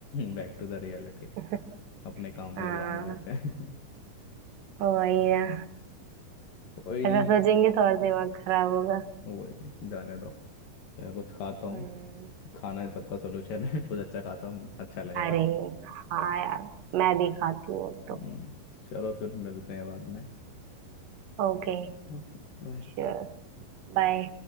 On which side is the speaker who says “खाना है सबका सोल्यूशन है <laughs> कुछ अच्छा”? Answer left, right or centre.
Left